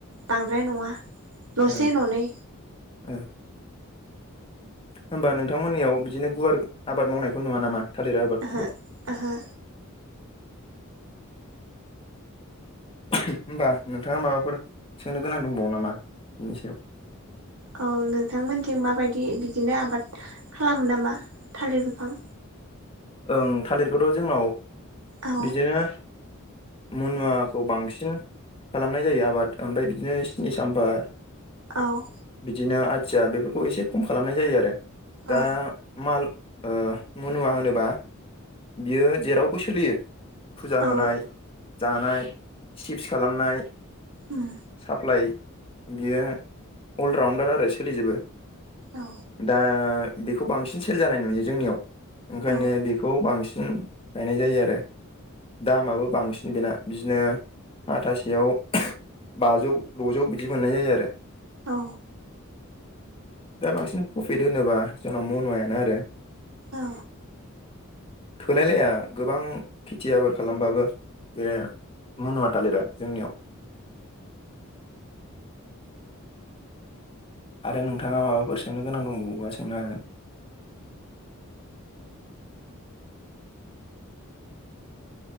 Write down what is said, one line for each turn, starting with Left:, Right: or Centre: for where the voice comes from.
Right: बांद्राय नङा दसे
Left: ओ
Right: न'नै
Left: ओ होमबा नोंथांमोननियाव बिदिनो गुवार आबाद मावनायखौ नुवा नामा थालिर आबादखौ
Right: ओहो
Left: <inaudible>
Right: ओहो
Left: होनोमबा नोंथाङा माबाफोर सोंनो गोनां दंबावो नामा बिनि सायाव
Right: औ नोंथांमोनजों माबायदि बि बिदिनो आबाद खालामो नामा थालिर बिफां
Left: ओं थालिरखौथ' जोंनाव
Right: औ
Left: बिदिनो मुनुवाखौ बांसिन खालामनाय जायो आबाद ओमफ्राय बिदिनो सिनि साम्फा
Right: औ
Left: बिदिनो आथिया बेफोरखौ एसे खम खालामनाय जायो आरो दा
Right: औ
Left: माल ओ मनुवा होनोबा बियो जेरावबो सोलियो फुजा
Right: औ
Left: होनाय जानाय सिपस खालामनाय
Right: उम
Left: साप्लाइ बियो अलराउणडार आरो सोलिजोबो
Right: औ
Left: दा बेखौ बांसिन सेल जानाय नुयो जोंनियाव ओंखायनो
Right: औ
Left: बेखौ बांसिन गायनाय जायो आरो दामाबो बांसिन बेना बिदिनो हाथासेयाव बाजौ द'जौ बिदि मोननाय जायो आरो
Right: औ
Left: दा बांसिन प्रफिट होनोबा जोंनाव मनुवायानो आरो
Right: औ
Left: थोलायलाया गोबां खेथि आबाद खालामबाबो बे मनुवा थालिरा जोंनियाव आरो नोंथाङा माबाफोर सोंनो गोनां दंबावबा सोंनो हागोन?